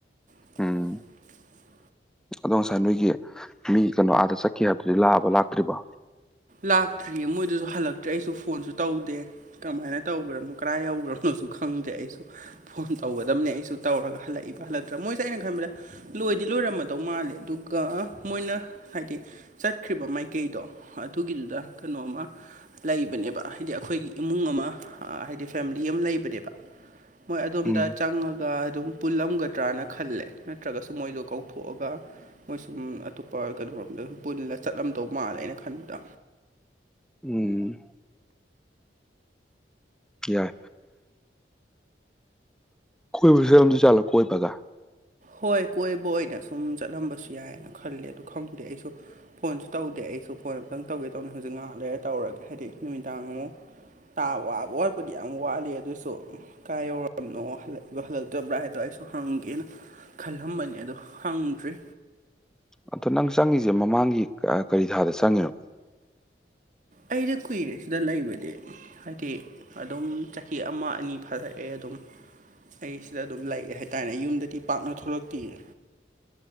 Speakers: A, on the right; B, in the centre.
A: <unintelligible>
B: ꯎꯝ ꯑꯗꯣ ꯉꯁꯥꯏ ꯅꯣꯏꯒꯤ ꯃꯤ ꯀꯩꯅꯣ ꯑꯥꯗ ꯆꯠꯈꯤ ꯍꯥꯏꯕꯗꯨꯗꯤ ꯂꯥꯛꯑꯕ ꯂꯥꯛꯇ꯭ꯔꯤꯕꯣ
A: ꯂꯥꯛꯇ꯭ꯔꯤꯌꯦ ꯃꯣꯏꯗꯨꯁꯨ ꯍꯜꯂꯛꯇ꯭ꯔꯦ ꯑꯩꯁꯨ ꯐꯣꯟꯁꯨ ꯇꯧꯗꯦ ꯀꯃꯥꯏꯅ ꯇꯧꯒꯔꯕꯅꯣ ꯀꯔꯥꯏ ꯌꯧꯒꯔꯕꯅꯣꯁꯨ ꯈꯪꯗꯦ ꯑꯩꯁꯨ ꯐꯣꯟ ꯇꯧꯒꯗꯕꯅꯦ ꯑꯩꯁꯨ ꯇꯧꯔꯒ ꯍꯜꯂꯛꯏꯕ ꯍꯜꯂꯛꯇ꯭ꯔꯥ ꯃꯣꯏꯁꯦ ꯑꯩꯅ ꯈꯟꯕꯗ ꯂꯣꯏꯗꯤ ꯂꯣꯏꯔꯝꯃꯗꯧ ꯃꯥꯜꯂꯦ ꯑꯗꯨꯒ ꯃꯣꯏꯅ ꯍꯥꯏꯗꯤ ꯆꯠꯈ꯭ꯔꯤꯕ ꯃꯥꯏꯀꯩꯗꯣ ꯑꯗꯨꯒꯤꯗꯨꯗ ꯀꯩꯅꯣꯝꯃ ꯂꯩꯕꯅꯦꯕ ꯍꯥꯏꯗꯤ ꯑꯩꯈꯣꯏꯒꯤ ꯏꯃꯨꯡ ꯑꯃ ꯍꯥꯏꯗꯤ ꯐꯦꯃꯤꯂꯤ ꯑꯃ ꯂꯩꯕꯅꯦꯕ ꯃꯣꯏ ꯑꯗꯣꯝꯗ
B: ꯎꯝ
A: ꯆꯪꯉꯒ ꯑꯗꯨꯝ ꯄꯨꯜꯂꯝꯒꯗ꯭ꯔꯅ ꯈꯜꯂꯦ ꯅꯠꯇ꯭ꯔꯒꯁꯨ ꯃꯣꯏꯗꯣ ꯀꯧꯊꯣꯛꯑꯒ ꯃꯣꯏ ꯁꯨꯝ ꯑꯇꯣꯞꯄ ꯀꯩꯅꯣꯔꯣꯝꯗ ꯁ ꯄꯨꯜꯂ ꯆꯠꯂꯝꯗꯧ ꯃꯥꯜꯂꯦ ꯑꯩꯅ ꯈꯟꯕꯗ
B: ꯎꯝ ꯌꯥꯏ ꯀꯣꯏꯕ ꯆꯠꯂꯞꯗꯣꯢꯖꯥꯠꯂ ꯀꯣꯏꯕꯒ
A: ꯍꯣꯏ ꯀꯣꯏꯕ ꯑꯣꯏꯅ ꯁꯨꯝ ꯆꯠꯂꯝꯕꯁꯨ ꯌꯥꯏꯑꯅ ꯈꯜꯂꯦ ꯑꯗꯨ ꯈꯪꯗꯦ ꯑꯩꯁꯨ ꯐꯣꯟꯁꯨ ꯇꯧꯗꯦ ꯑꯩꯁꯨ ꯐꯣꯟ ꯑꯝꯇꯪ ꯇꯧꯒꯦ ꯇꯧꯅꯤꯅ ꯍꯧꯖꯤꯛ ꯉꯥꯏꯍꯥꯛ ꯂꯩꯔ ꯇꯧꯔꯒꯦ ꯍꯥꯏꯗꯤ ꯅꯨꯃꯤꯗꯥꯡ ꯑꯃꯨꯛ ꯇꯥ ꯋꯥꯕ ꯋꯥꯠꯄꯨꯗꯤ ꯌꯥꯝ ꯋꯥꯠꯂꯤ ꯑꯗꯨꯁꯨ ꯀꯥꯏ ꯌꯧꯔꯕꯅꯣ ꯍꯂꯛꯏꯕꯣ ꯍꯜꯂꯛꯇꯣꯏꯕ꯭ꯔꯥ ꯍꯥꯏꯗꯣ ꯑꯩꯁꯨ ꯍꯪꯒꯦꯅ ꯈꯜꯂꯝꯕꯅꯦ ꯑꯗꯣ ꯍꯪꯗ꯭ꯔꯤ
B: ꯑꯗꯣ ꯅꯪ ꯆꯪꯉꯁꯦ ꯃꯃꯥꯡꯒꯤ ꯀꯔꯤ ꯊꯥꯗ ꯆꯪꯉꯤꯅꯣ
A: ꯑꯩꯗꯤ ꯀꯨꯏꯔꯦ ꯁꯤꯗ ꯂꯩꯕꯗꯤ ꯍꯥꯏꯗꯤ ꯑꯗꯨꯝ ꯆꯍꯤ ꯑꯃ ꯑꯅꯤ ꯐꯔꯛꯑꯦ ꯑꯗꯨꯝ ꯑꯩ ꯁꯤꯗ ꯑꯗꯨꯝ ꯂꯩꯔ ꯍꯥꯏꯇꯥꯔꯦꯅꯦ ꯌꯨꯝꯗꯗꯤ ꯄꯥꯛꯅ ꯊꯣꯛꯂꯛꯇꯦꯌꯦ